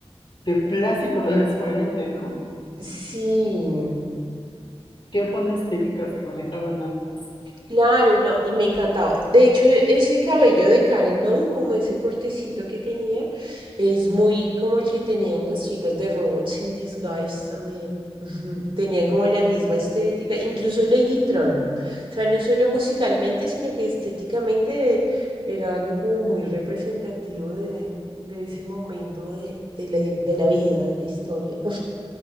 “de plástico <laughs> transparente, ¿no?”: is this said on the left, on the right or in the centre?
Left